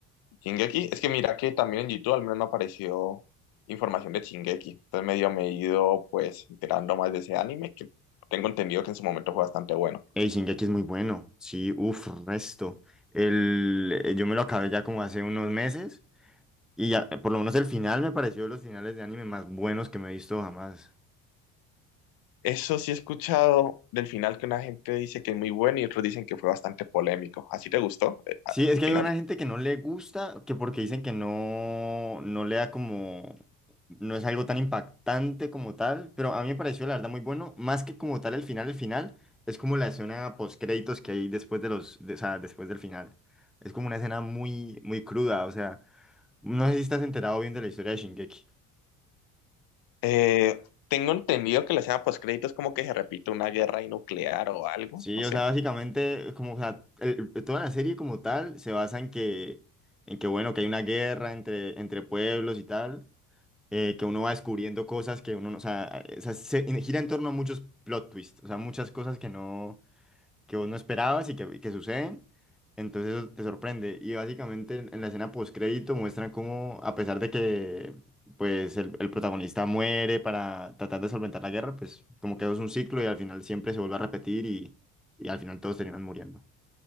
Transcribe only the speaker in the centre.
Ey, Shingeki es muy bueno. Sí, uff, resto. El, eh, yo me lo acabé ya como hace unos meses. Y ya, eh, por lo menos el final me pareció de los finales de anime más buenos que me he visto jamás.
Sí, es
que
hay una gente que no le gusta, que porque dicen que no, no le da como, no es algo tan impactante como tal, pero a mí me pareció la verdad muy bueno, más que como tal el final, el final es como la escena post créditos que hay después de los, de- o sea, después del final. Es como una escena muy, muy cruda, o sea. No sé si estás enterado bien de la historia de Shingeki.
Sí,
o sea, básicamente, es como, o sea, el- el- toda la serie como tal se basa en que, en que, bueno, que hay una guerra entre, entre pueblos y tal, eh, que uno va descubriendo cosas que uno no, o sea, eh, o sea, se en- gira en torno a muchos plot twists, o sea, muchas cosas que no, que vos no esperabas y que, que suceden, entonces eso te sorprende. Y básicamente en en la escena postcrédito muestran cómo, a pesar de que pues el, el protagonista muere para tratar de solventar la guerra, pues como que eso es un ciclo y al final siempre se vuelve a repetir y, y al final todos terminan muriendo.